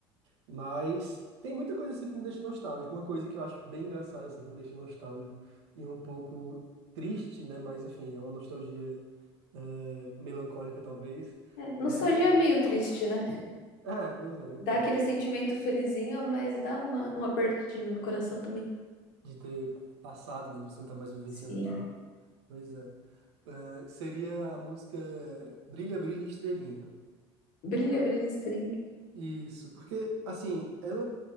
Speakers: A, on the right; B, on the left.
A: Mas tem muita coisa, assim, que me deixa nostálgico. Uma coisa que eu acho bem engraçada, assim, que me deixa nostálgico. E um pouco triste, né? Mas, enfim, é uma nostalgia, eh, melancólica, talvez.
B: É, nostalgia
A: É,
B: é meio triste, né?
A: é, pois é, então.
B: Dá aquele sentimento felizinho, mas dá uma, um apertinho no coração também.
A: de ter passado, né? De você não estar mais vivenciando
B: Sim.
A: aquilo. Pois é. Ah, seria a música Brilha, Brilha, Estrelinha.
B: Brilha, brilha, estranho.
A: Isso, porque, assim, ela